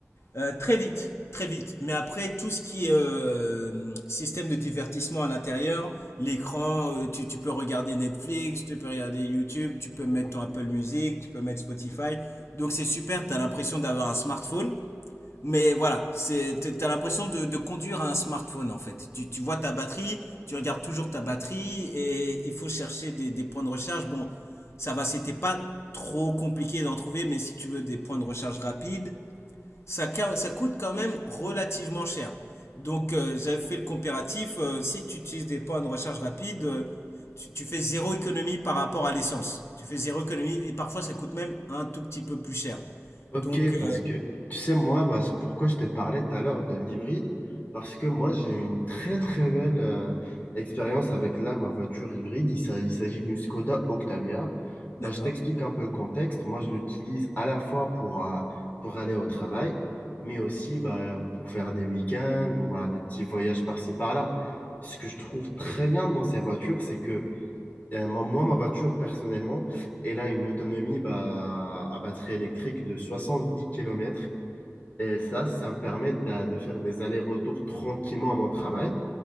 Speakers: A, on the left; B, on the left.
A: euh, très vite, très vite. Mais après, tout ce qui est euh, système de divertissement à l'intérieur, l'écran, euh, tu, tu peux regarder Netflix, tu peux regarder YouTube, tu peux mettre ton Apple Music, tu peux mettre Spotify. Donc c'est super, tu as l'impression d'avoir un smartphone. Mais voilà, c'est, t- t'as l'impression de, de conduire un smartphone en fait. Tu, tu vois ta batterie, tu regardes toujours ta batterie et il faut chercher des, des points de recharge. Bon, ça va, c'était pas trop compliqué d'en trouver, mais si tu veux des points de recharge rapides, ça, ça coûte quand même relativement cher. Donc, euh, j'avais fait le comparatif. euh, si tu utilises des points de recharge rapide, euh, tu, tu fais zéro économie par rapport à l'essence. Tu fais zéro économie et parfois ça coûte même un tout petit peu plus cher.
B: Ok,
A: Donc, euh,
B: parce que tu sais, moi, bah, c'est pourquoi je te parlais tout à l'heure de l'hybride, parce que moi, j'ai eu une très très belle euh, expérience avec là, ma voiture hybride. Il s'a- il s'agit d'une Skoda Octavia. Bah,
A: D'accord.
B: je t'explique un peu le contexte. Moi, je l'utilise à la fois pour, euh, pour aller au travail, mais aussi bah, pour faire des week-ends ou bah, des petits voyages par-ci par-là. Ce que je trouve très bien dans ces voitures, c'est que euh, ma- moi, ma voiture, personnellement, elle a une autonomie bah, à batterie électrique de 70 kilomètres Et ça, ça me permet d'a- de, faire des allers-retours tranquillement à mon travail.